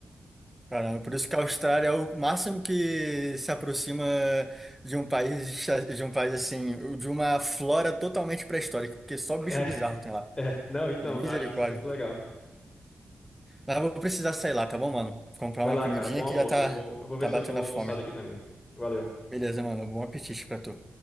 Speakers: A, in the centre; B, on the left (about 20°).
A: Caramba, por isso que a Austrália é o máximo que se aproxima de um país, de um país assim, de uma flora totalmente pré-histórica, porque só bicho
B: É,
A: bizarro tem lá.
B: é. Não, então,
A: Misericórdia.
B: eu acho isso muito legal.
A: Mas eu vou precisar sair lá, tá bom, mano? Comprar
B: Vai
A: uma
B: lá,
A: comidinha
B: cara. Bom almoço.
A: que já tá,
B: Eu vou, eu vou ver
A: tá
B: se
A: batendo
B: eu dou uma
A: a
B: almoçada
A: fome.
B: aqui também. Valeu.
A: Beleza, mano. Bom apetite pra tu.